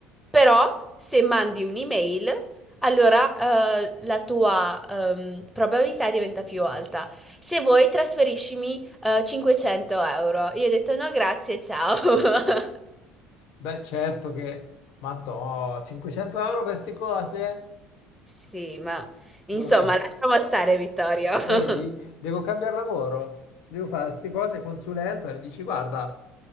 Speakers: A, in the centre; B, on the left.
A: Però se mandi un'email, allora eh, la tua ehm, probabilità diventa più alta. Se vuoi, trasferiscimi eh, 500 euro. Io ho detto no, grazie, ciao. <laughs>
B: Beh, certo che, ma 500 euro queste cose?
A: Sì, ma insomma,
B: Dovrei.
A: lasciamo stare, Vittorio.
B: Vedi,
A: <laughs>
B: devo cambiare lavoro, devo fare queste cose, consulenza, mi dici guarda,